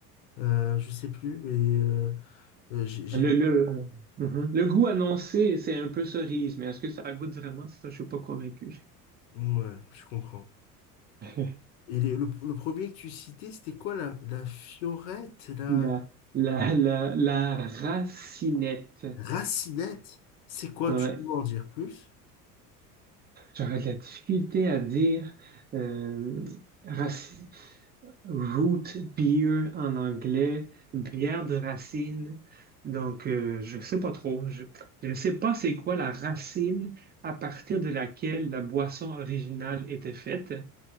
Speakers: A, on the left (about 60°); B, on the right (about 20°).
A: euh, je sais plus, mais euh, euh, j'ai, j'ai-
B: Le, le, Mhm. Le goût annoncé, c'est un peu cerise, mais est-ce que ça goûte vraiment? Ça, je suis pas convaincu.
A: Ouais, je comprends.
B: <laughs>
A: Et les- le, le premier que tu citais, c'était quoi la, la fiorette, la
B: La, la, la, la racinette.
A: racinette? C'est quoi?
B: Ouais.
A: Tu peux m'en dire plus?
B: J'aurais de la difficulté à dire euh, raci- Root beer en anglais, bière de racine. Donc, euh, je sais pas trop. Je je ne sais pas c'est quoi la racine à partir de laquelle la boisson originale était faite,